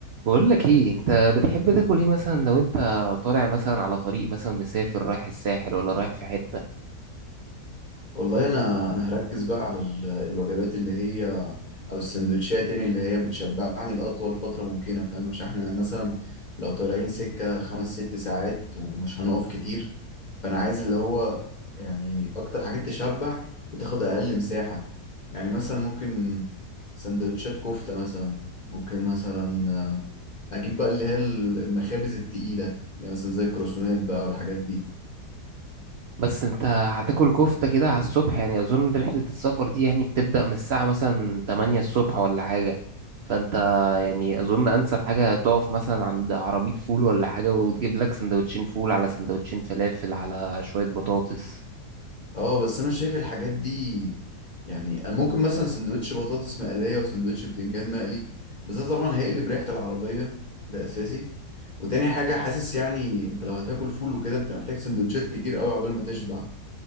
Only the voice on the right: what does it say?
بقول لك ايه انت بتحب تاكل ايه مثلا لو انت طالع مثلا على طريق مثلا مسافر رايح الساحل ولا رايح في حتة
بس انت هتاكل كفتة كده على الصبح يعني اظن رحلة السفر دي يعني بتبدأ من الساعة مثلا 8 الصبح ولا حاجة فانت يعني اظن انسب حاجة تقف مثلا عند عربية فول ولا حاجة وتجيب لك سندوتشين فول على سندوتشين فلافل على شوية بطاطس